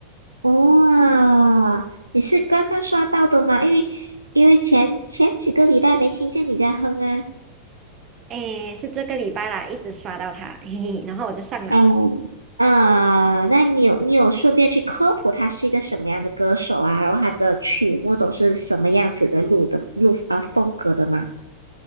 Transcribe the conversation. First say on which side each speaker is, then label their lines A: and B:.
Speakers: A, on the right (about 80°); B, on the right (about 30°).
A: 哇，你是刚刚刷到的吗？因为因为前前几个礼拜没听见你在哼啊。
B: 诶，是这个礼拜啦，一直刷到他，<laughs> 嘿嘿，然后我就上脑了。
A: 哎，呃，那你有你有顺便去科普他是一个什么样的歌手啊？然后他的曲目都是什么样子的录的录啊风格的吗？